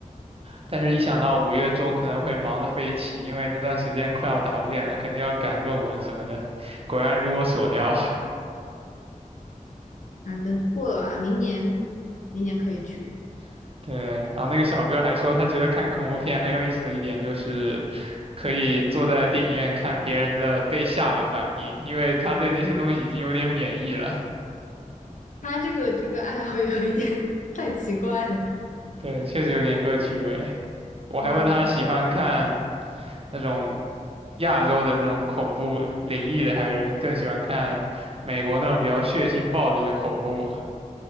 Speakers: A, on the right; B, on the left.
A: 但是，一想到五月中可能会忙得飞起，因为那段时间快要答辩了，肯定要赶论文什么的。果然如我所料，
B: 啊，等过了吧，明年明年可以去。
A: <laughs> 对。然后那个小哥还说，他觉得看恐怖片很有意思的一点就是可以坐在电影院看别人的被吓的反应，因为他对那些东西已经有点免疫了。
B: 他这个这个爱好有一点 <laughs> 太奇怪了。
A: 对，确实有点恶趣味。我还问他喜欢看
B: 嗯
A: 那种亚洲的那种恐怖灵异的，还是更喜欢看美国那种比较血腥暴力的恐怖。